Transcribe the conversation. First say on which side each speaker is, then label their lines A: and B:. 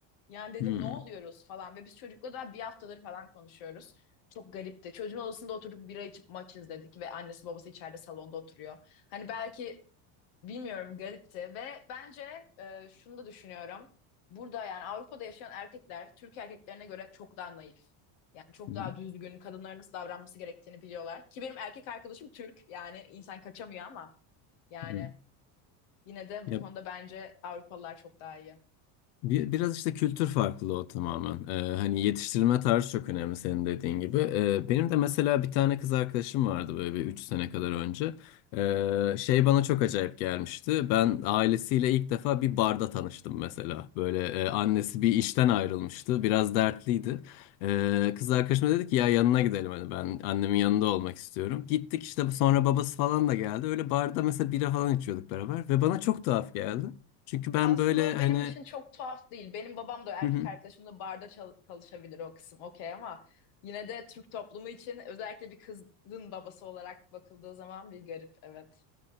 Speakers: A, on the left; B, on the left.
A: Yani dedim
B: Hmm,
A: ne oluyoruz falan. Ve biz çocukla daha bir haftadır falan konuşuyoruz. Çok garipti. Çocuğun odasında oturduk bira içip maç izledik. Ve annesi babası içeride salonda oturuyor. Hani belki Bilmiyorum garipti ve bence e, şunu da düşünüyorum. Burada yani Avrupa'da yaşayan erkekler Türk erkeklerine göre çok daha naif. Yani çok
B: hı
A: daha düzgün, kadınların nasıl davranması gerektiğini biliyorlar. Ki benim erkek arkadaşım Türk yani insan kaçamıyor ama yani
B: hı.
A: yine de
B: Ya
A: bu konuda bence Avrupalılar çok daha iyi.
B: Bir, biraz işte kültür farklılığı o tamamen. Ee, hani yetiştirilme tarzı çok önemli senin dediğin gibi. Ee, benim de mesela bir tane kız arkadaşım vardı böyle bir 3 sene kadar önce. Ee, şey bana çok acayip gelmişti. Ben ailesiyle ilk defa bir barda tanıştım mesela. Böyle e, annesi bir işten ayrılmıştı. Biraz dertliydi. Ee, kız arkadaşım da dedi ki ya yanına gidelim hani ben annemin yanında olmak istiyorum. Gittik işte sonra babası falan da geldi. Öyle barda mesela bira falan içiyorduk beraber ve bana çok tuhaf geldi. Çünkü ben
A: Aslında
B: böyle
A: o benim
B: hani
A: için çok tuhaf değil. Benim babam da
B: <laughs>
A: erkek arkadaşım da barda çal- çalışabilir o kısım okey ama yine de Türk toplumu için özellikle bir kızın babası olarak bakıldığı zaman bir garip evet.